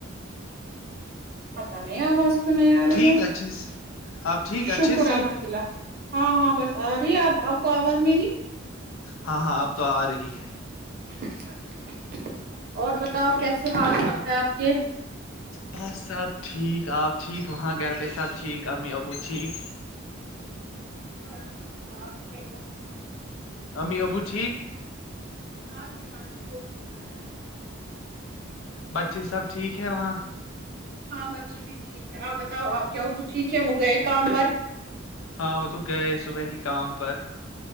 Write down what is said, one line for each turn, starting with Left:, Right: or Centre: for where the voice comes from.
Right: پتا نہیں آواز سنے آ رہی
Left: ٹھیک
Right: ہے
Left: اچھے سے
Right: <unintelligible>
Left: آپ ٹھیک
Right: شکر
Left: اچھے سے
Right: الحمد للہ <unintelligible> ہاں ہاں بس آ رہی ہے آپ آپ کو آواز میری
Left: ہاں ہاں اب تو آ رہی ہے
Right: اچھا اچھا اچھا اور بتاؤ کیسے حال چال ہے آپ کے
Left: بس سب ٹھیک آپ ٹھیک وہاں گھر پہ سب ٹھیک امی ابو ٹھیک
Right: شکر الحمد للہ۔ آپ کے
Left: امی ابو ٹھیک
Right: ہاں جی ہاں جی وہ بھی ھ
Left: بچے سب ٹھیک ہے وہاں
Right: مچی بھی ٹھیک ہے آپ بتاؤ آپ کیا ٹھیک ہے وہ گئے کام پر
Left: ہاں وہ تو گئے صبح ہی کام پر